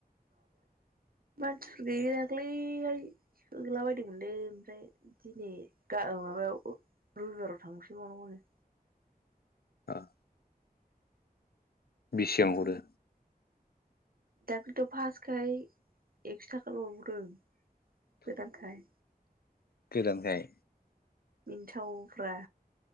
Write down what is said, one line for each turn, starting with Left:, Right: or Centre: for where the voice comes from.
Right: <inaudible> मानसिफोर गैयि दाख्लैहाय सोला बायदि मोनदों ओमफ्राय दिनै माबायाव रबिबाराव थांसैबावनांगौनो।
Left: आह बेसेबां हरो?
Right: दाखलिथ' फासखाय एक्स' थाखा लाबोवदों। गोदानखाय।
Left: गोदान खाय।
Right: मिनथावफ्रा